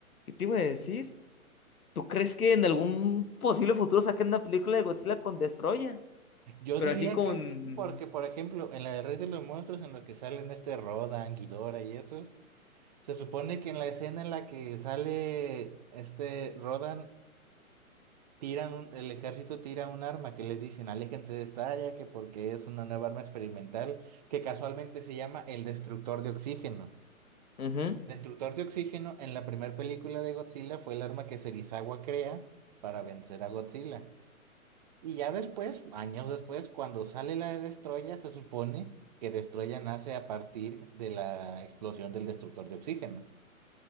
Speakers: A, on the left; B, on the right.
A: ¿qué te iba a decir? ¿Tú crees que en algún posible futuro saquen una película de Godzilla con Destroya?
B: Yo
A: Pero
B: diría
A: así con...
B: que sí, porque, por ejemplo, en la de Rey de los Monstruos, en las que salen este Rodan, Ghidorah y esos. Se supone que en la escena en la que sale este Rodan, tiran un- el ejército tira un arma que les dicen, aléjense de esta área, que porque es una nueva arma experimental, que casualmente se llama el destructor de oxígeno.
A: Ujú,
B: Destructor de oxígeno en la primera película de Godzilla fue el arma que Serizawa crea para vencer a Godzilla. Y ya después, años después, cuando sale la de Destroya, se supone que Destroya nace a partir de la explosión del destructor de oxígeno.